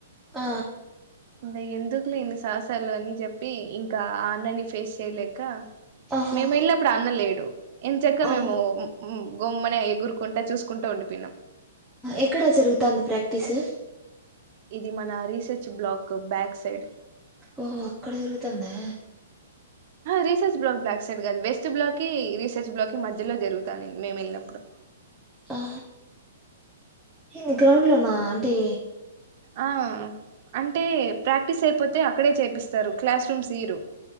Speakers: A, in the centre; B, on the right.
A: ఆ
B: ఇంకా ఎందుకు లేని సాహసాలు అని చెప్పి ఇంకా అన్నన్ని ఫేస్ చేయలేక
A: ఓహో
B: మేము వెళ్ళప్పుడు అన్నలేడు ఇంత చెక్క
A: ఓహో
B: మేము గమ్మని ఎగురుకుంటా చూసుకుంటా ఉండి పన్నాం
A: ఎక్కడ జరుగుతుంది ప్రాక్టీసు
B: ఇది మన రీసెర్చ్ బ్లాక్ బ్యాక్ సైడ్
A: ఓహో అక్కడ తిరుగుతుందా
B: రీసెర్చ్ బ్లాక్ బ్లాక్ సైడ్ కాదు వ వెస్ట్ బ్లాక్కి రీసెర్చ్ బ్లాక్కిిధ్యలో జరుగుతాను మేము వెళ్ళినప్పుడు <inaudible>
A: ఆా ఏంది గ్రౌండ్ లోనా అంటే
B: ఆ అంటే ప్రాక్టీస్ అయిపోతే అక్కడే చేపిస్తారు క్లాస్ రూమ్స్ ఇరు